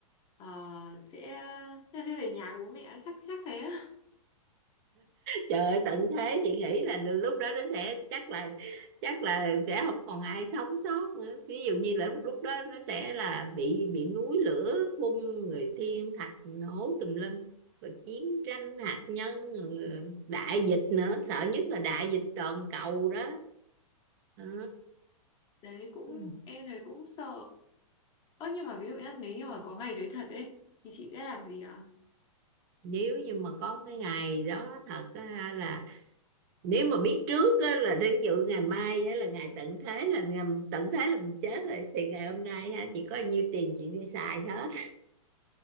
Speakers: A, on the left (about 25°); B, on the right (about 35°).
A: ờ, sẽ sẽ sẽ về nhà bố mẹ chắc chắc thế á.
B: trời ơi, tận thế chị nghĩ là lúc đó nó sẽ chắc là chắc là sẽ không còn ai sống sót nữa ví dụ như là lúc đó nó sẽ là bị bị núi lửa phun người thiên thạch nổ tùm lum rồi chiến tranh hạt nhân rồi đại dịch nữa sợ nhất là đại dịch toàn cầu đó Ờ.
A: đấy cũng
B: Ừ.
A: em thấy cũng sợ ơ nhưng mà ví dụ nhá nếu như mà có ngày đấy thật ấy thì chị sẽ làm gì ạ
B: nếu như mà có cái ngày đó thật á, là nếu mà biết trước á, là đến dự ngày mai á, là ngày tận thế là ngày tận thế là mình chết rồi thì ngày hôm nay ha, chỉ có nhiêu tiền chị đi xài hết